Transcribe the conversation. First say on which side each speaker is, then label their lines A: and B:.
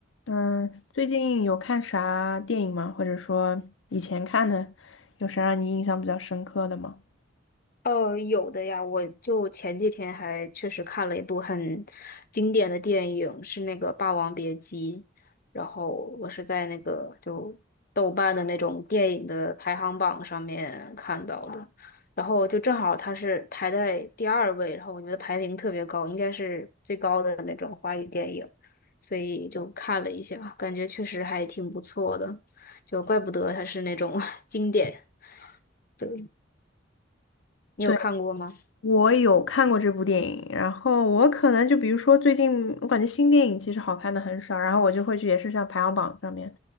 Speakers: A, on the left; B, on the left.
A: 嗯，最近有看啥电影吗？或者说以前看的，有啥让你印象比较深刻的吗？
B: 呃，有的呀，我就前几天还确实看了一部很经典的电影，是那个《霸王别姬》，然后我是在那个就豆瓣的那种电影的排行榜上面看到的，然后就正好它是排在第二位，然后我觉得排名特别高，应该是最高的那种华语电影，所以就看了一下，感觉确实还挺不错的，就怪不得它是那种 <laughs> 经典。对，你有看过吗？
A: 对，我有看过这部电影，然后我可能就比如说最近，我感觉新电影其实好看的很少，然后我就会去也是像排行榜上面